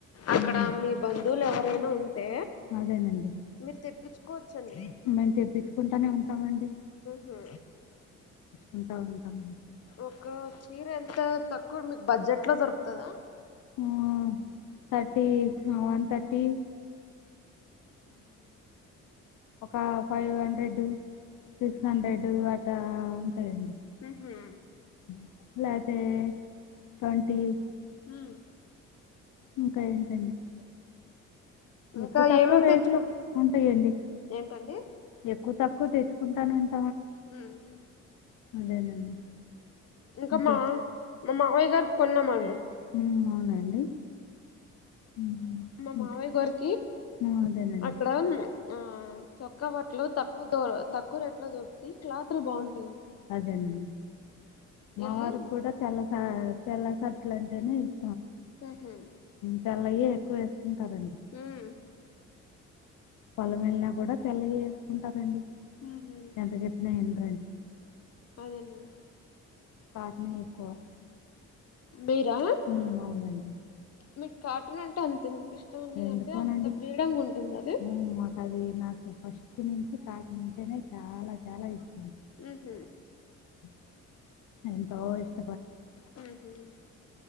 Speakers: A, on the left (about 55°); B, on the left (about 80°).
A: అక్కడ
B: ఉమ్.
A: మీ బంధువులు ఎవరైనా ఉంటే
B: అదేనండి
A: మీరు తెప్పించుకోవచ్చండి
B: మేము తెప్పించుకుంటానే ఉంటామండి
A: హా
B: ఉంటా ఉంటాం
A: ఒక చీర ఎంత తక్కువ మీకు బడ్జెట్ లో దొరుకుతదా
B: ఆ థర్టీ వన్ థర్టీ ఒక ఫైవ్ హ సిక్స్ హండ్రెడ్ అట్లా ఉంటుందండి
A: ఊహూ
B: <inaudible>
A: హ్మ్
B: ఇంకా ఏంటండి <inaudible>
A: ఇంకా
B: ఎక్కువ తక్కువ
A: ఏమేమి
B: రేట్లు
A: తెచ్చుకు
B: ఉంటాయండి
A: ఏంటండి
B: ఎక్కువ తక్కువ ఎక్కువ తీసుకుంటానండి
A: హ్మ్
B: అదేనండి <inaudible>
A: ఇంకా
B: ఇంకే
A: మా మా మావయ్య గారికి కొన్నామండి
B: ఉమ్, అవునండి ఉమ్,
A: మా మావయ్య
B: ఇంక-
A: గారు
B: ఆ, అదేనండి
A: అక్కడ ఆ చ తక్క వట్లో తక్కువ ద తక్కువ రేట్ లో దొరికిద్ది క్లాత్ పలు బంన్ <inaudible>
B: <inaudible>
A: ఎళ్ళి
B: <inaudible>
A: ఊహూ
B: <inaudible>
A: హ్మ్
B: పొలం వెళ్లిన కూడా తెల్లయే వేసుకుంటారండి
A: ఉహు
B: ఎంత చెప్పినా వినరు
A: అదేనండి
B: కాట్నా ఎక్కువ
A: మీరా
B: ఉమ్, అవునండి
A: మీకు కాటన్ అంటే అం స ఇష్టం ఉంది
B: ఎందుకోనండి
A: అంటే అంత ఫ్రీడం గా ఉంటుంది అది
B: హ్మ్. మాకది <inaudible>
A: ఆహ
B: <inaudible>
A: హ్మ్